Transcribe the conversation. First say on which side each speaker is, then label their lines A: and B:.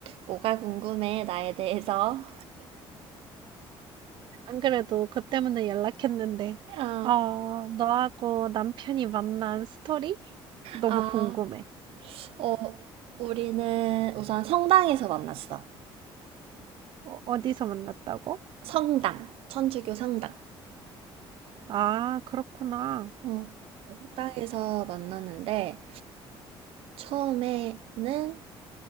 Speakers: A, on the right (about 75°); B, on the right (about 50°).
A: 뭐가 궁금해, 나에 대해서?
B: 안 그래도 그 때문에 연락했는데,
A: 아,
B: 어, 너하고 남편이 만난 스토리? 너무
A: 아,
B: 궁금해.
A: 어, 우리는 우선 성당에서 만났어.
B: 어, 어디서 만났다고?
A: 성당, 천주교 성당.
B: 아, 그렇구나.
A: 어, 네, 성당에서 만났는데, 처음에는